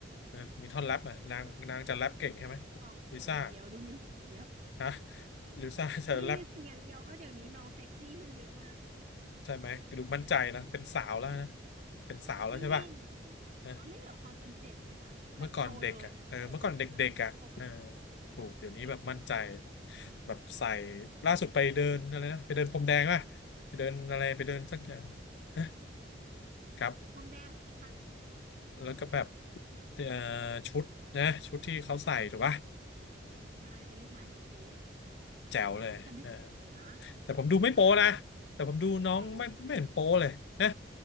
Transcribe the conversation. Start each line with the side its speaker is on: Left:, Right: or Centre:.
Left: เออมีท่อนแรปอ่ะนางนางจะแรปเก่งใช่ไหม
Right: ค่ะออกดูอย่างเดียวดูมิวสิกอย่างเดียว
Left: ลิซ่าฮะลิซ่าจะแรป
Right: ดูมีสิ่งอย่างเดียวว่าเดี๋ยวนี้น้องเซ็กซี่ขึ้นเยอะมาก
Left: ใช่ไหมดูมั่นใจนะเป็นสาวแล้วนะเป็นสาวแล้วใช่ป่ะ
Right: จริงผมว่าไม่เหลือความเป็นเด็กเลยนะแบบโตเลยอะโดดมาแบบกระโตเลย
Left: นะเมื่อก่อนเด็กอ่ะเออเมื่อก่อนเด็กๆอ่ะเออถูกเดี๋ยวนี้แบบมั่นใจ
Right: ใช่
Left: แบบใส่ล่าสุดไปเดินอะไรนะไปเดินพรมแดงป่ะไปเดินอะไรไปเดินสักอย่างนะครับ
Right: พรมแดงนี่ค่ะ
Left: แล้วก็แบบเอ่อชุดนะชุดที่เขาใส่ถูกป่ะ
Right: ใช่เป็นลูกไม้ทั้งชุด
Left: แจ๋วเลยเออ
Right: แต่บิ๊กสวยนะ
Left: แต่ผมดูไม่โป๊นะแต่ผมดูน้องไม่ไม่เห็นโป๊เลยนะ
Right: ว่าไม่โปไม่